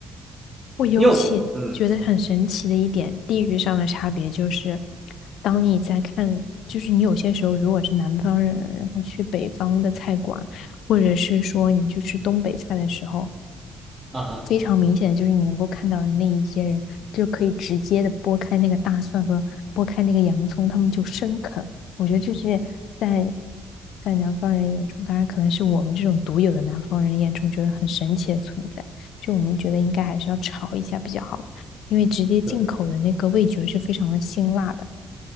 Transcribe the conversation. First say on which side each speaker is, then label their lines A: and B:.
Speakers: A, on the left (about 80°); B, on the right (about 30°).
A: 我尤其觉得很神奇的一点，
B: 你有嗯，
A: 地域上的差别就是，当你在看，就是你有些时候如果是南方人，然后去北方的菜馆，或者是说你去吃东北菜的时候，
B: 啊哈，
A: 非常明显的就是你能够看到的那一些人，就可以直接的剥开那个大蒜和剥开那个洋葱，他们就生啃。我觉得这是在在南方人眼中，当然可能是我们这种独有的南方人眼中觉得很神奇的存在。就我们觉得应该还是要炒一下比较好吧，因为直接进口的那个味觉是非常的辛辣的。
B: 对